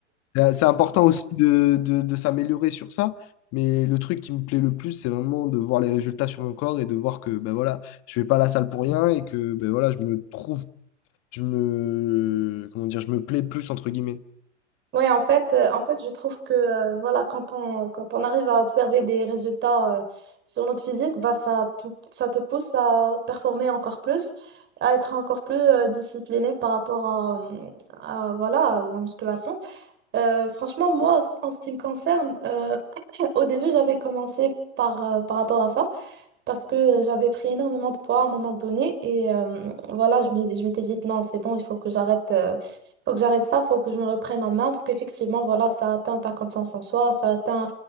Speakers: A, on the left (about 40°); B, on the right (about 30°).
A: C'est c'est important aussi de, de, de s'améliorer sur ça. Mais le truc qui me plaît le plus, c'est vraiment de voir les résultats sur mon corps et de voir que ben voilà, je vais pas à la salle pour rien et que ben voilà, je me trouve, je me, comment dire, je me plais plus entre guillemets.
B: Oui, en fait, euh, en fait, je trouve que euh, voilà, quand on, quand on arrive à observer des résultats euh, sur notre physique, bah, ça, te- ça te pousse à performer encore plus, à être encore plus euh, discipliné par rapport à, euh, à, voilà, à la musculation. Euh, franchement, moi, en ce qui me concerne, euh, <clears throat> au début, j'avais commencé par, euh, par rapport à ça parce que j'avais pris énormément de poids à un moment donné et euh, voilà, je me, je m'étais dit non, c'est bon, il faut que j'arrête euh, faut que j'arrête ça, faut que je me reprenne en main parce qu'effectivement, voilà, ça atteint ta confiance en soi, ça atteint